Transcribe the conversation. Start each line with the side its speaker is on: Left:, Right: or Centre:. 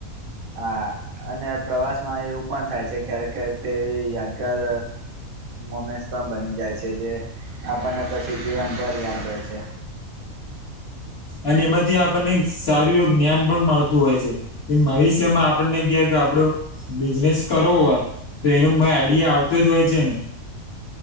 Right: હા અને પ્રવાસ માં એવું પણ થાય છે ક્યારેક ક્યારેક તે યાદગાર મોમેન્ટ્સ પણ બની જાય છે જે આપણને પછી જીવન ભર યાદ રહે છે
Left: અને એમાંથી આપણને સારું એવું જ્ઞાન પણ મળતું હોય છે એ ભવિષ્યમાં આપણને ક્યા આપડો બિઝનેસ કરવો હોય તો એનો મ આઈડિયા આવતો જ હોય છે ને